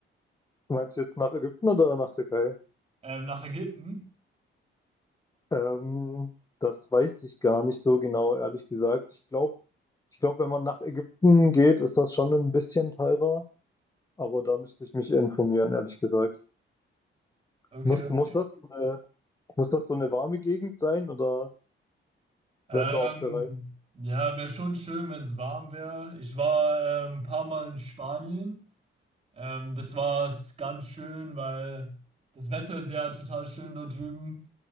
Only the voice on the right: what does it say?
Ähm, nach Ägypten?
Okay,
okay.
Ähm,
ja, wäre schon schön, wenn es warm wäre. Ich war ähm, ein paar Mal in Spanien. Ähm, das war ganz schön, weil das Wetter ist ja total schön dort drüben.